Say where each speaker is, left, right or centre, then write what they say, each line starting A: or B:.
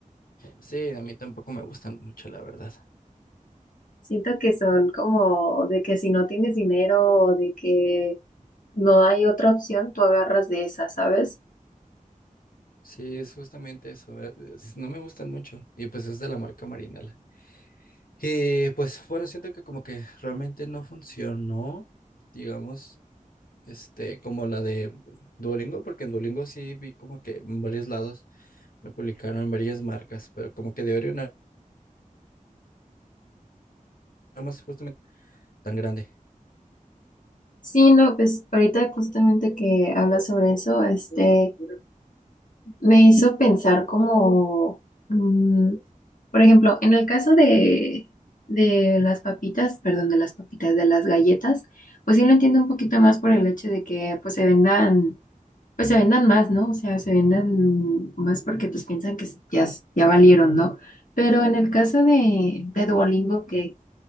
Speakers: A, on the left (about 85°); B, on the left (about 70°).
A: Sí, a mí tampoco me gustan mucho, la verdad.
B: Siento que son como de que si no tienes dinero o de que no hay otra opción, tú agarras de esas ¿sabes?
A: Sí, es justamente eso. eh, es- No me gustan mucho. Y pues es de la marca Marinela. Y pues bueno, siento que como que realmente no funcionó, digamos, este, como la de Duolingo, porque en Duolingo sí vi como que en varios lados lo publicaron en varias marcas, pero como que de Oreo nada más justamente tan grande.
B: Sí, no, pues ahorita justamente que hablas sobre eso, este, Me hizo pensar como, mm, por ejemplo, en el caso de, de las papitas, perdón, de las papitas, de las galletas, pues sí lo entiendo un poquito más por el hecho de que pues se vendan, pues se vendan más, ¿no? O sea, se vendan más porque pues piensan que s- ya, s- ya valieron, ¿no? Pero en el caso de, de Duolingo, que,